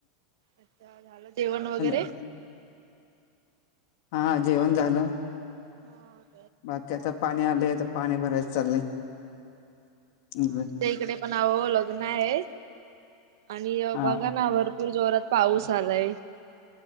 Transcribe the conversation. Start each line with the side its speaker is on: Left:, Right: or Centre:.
Right: अच्छ झालं जेवण वगैरे
Left: हॅलो हा जेवण झालं
Right: हो
Left: बाकी आता पाणी आलेय तर पाणी भरायच चाललंय हम्म
Right: आमच्या इकडे पण अ लग्न आहे आणि
Left: हा
Right: बघा ना भरपूर जोरात पाऊस आलाय